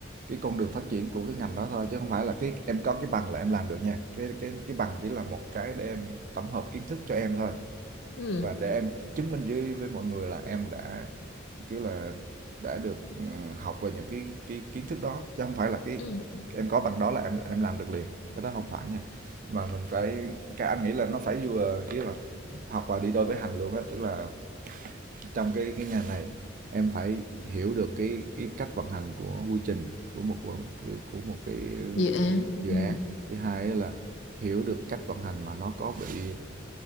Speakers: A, on the right; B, on the left.
A: cái con đường phát triển của cái ngành đó thôi chứ không phải là cái em có cái bằng là em làm được nha cái cái cái bằng chỉ là một cái để em tổng hợp kiến thức cho em thôi
B: Ừ,
A: và để em chứng minh với với mọi người là em đã kiểu là đã được ừ, học về những cái cái kiến thức đó chứ không phải là cái
B: ừ,
A: em có bằng đó là em em làm được liền cái đó không phải nha mà mình phải các anh nghĩ là nó phải vừa kiểu là học và đi đôi với hành luôn á tức là trong cái cái ngành này em phải hiểu được cái cái cách vận hành của quy trình của một của một cái
B: dự án
A: dự
B: ừ.
A: án thứ hai á là hiểu được cách vận hành mà nó có bị